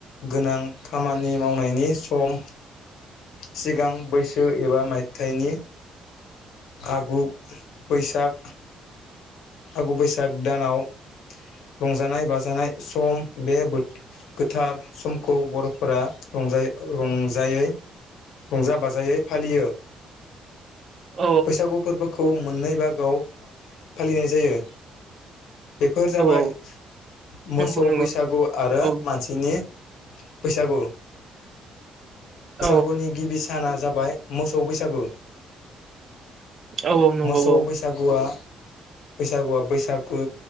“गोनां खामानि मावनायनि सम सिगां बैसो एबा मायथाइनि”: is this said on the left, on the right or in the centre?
Left